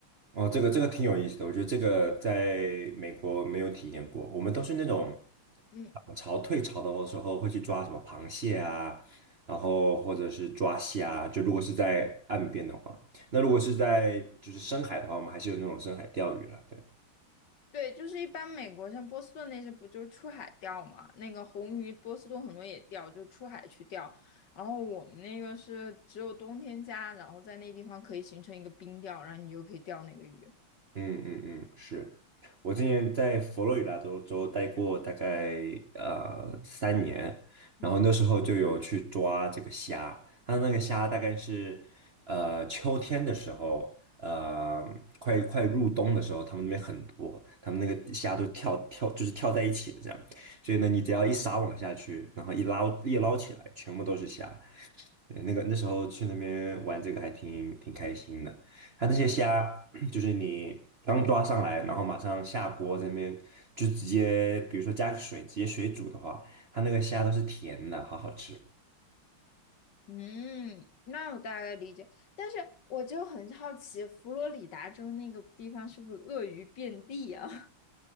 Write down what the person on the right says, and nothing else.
哦，这个这个挺有意思的，我觉得这个在美国没有体验过。我们都是那种
涨潮退潮的时候会去抓什么螃蟹啊，然后或者是抓虾啊。就如果是在岸边的话，那如果是在就是深海的话，我们还是有那种深海钓鱼了。对。
嗯嗯嗯，是我之前在佛罗里达州州待过大概呃三年，
然后那时候就有去抓这个虾，它那个虾大概是呃秋天的时候，呃快快入冬的时候，他们那边很多，他们那个虾都跳跳就是跳在一起的这样，所以呢，你只要一撒网下去，然后一捞一捞起来，全部都是虾，对，那个那时候去那边玩这个还挺挺开心的。它那些虾，<clears throat> 就是你刚抓上来，然后马上下锅这边就直接，比如说加个水，直接水煮的话，它那个虾都是甜的，好好吃。